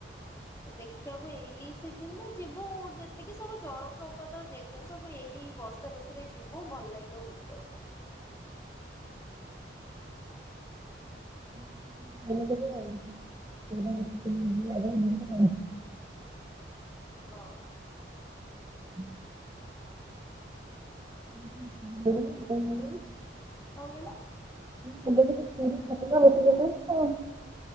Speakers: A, on the left (about 15°); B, on the right (about 20°).
A: ତ ଦେଖିବାକୁ ଏଇ ସିଜିନ ରେ ଯିବ, ଯେତିକି ସବୁ ଜଳପ୍ରପାତ ଦେ ଯୋଉ ସବୁ ଏଇ ବର୍ଷା ଋତୁରେ ଯିବୁ, ଭଲ ଲାଗିବ ବୁଲିବାକୁ।
B: <unintelligible>
A: ହଁ ଅଁ
B: <unintelligible> <unintelligible>
A: କଣ କହିଲ?
B: <unintelligible>